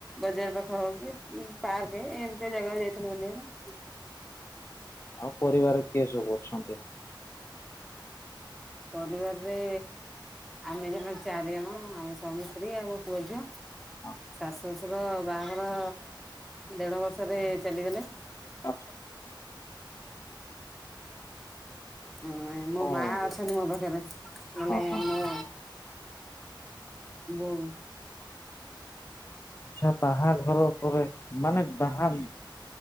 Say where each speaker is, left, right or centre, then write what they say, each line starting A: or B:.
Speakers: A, in the centre; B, on the left.
A: ବଜାର ପାଖ ହଉ କି ପାର୍କ ଏମିତି ଜାଗାକୁ ଯାଇଥିଲୁ ବୁଲିବାକୁ।
B: ଆଉ ପରିବାର କିଏ ସବୁ ଅଛନ୍ତି।
A: ପରିବାରରେ ଆମେ ଜଣେ ଚାରି ଜଣ ଆମେ ସ୍ୱାମୀ ସ୍ତ୍ରୀ ଆଉ ପୁଅଝିଅ।
B: <inaudible>
A: ଶାଶୁ ଶଶୁର ବାହାଘର ଦେଢ ବର୍ଷରେ ଚାଲିଗଲେ।
B: ଆ
A: ହଁ ଏଇ ମୋ
B: କଣ
A: ମା
B: ଏବେ
A: ଅଛନ୍ତି ମୋ ପାଖରେ ମାନେ
B: ହଁ ହଁ
A: ମୋ ବୋଉ।
B: ଆଛା ବାହାଘର ପରେ ମାନେ ବାହା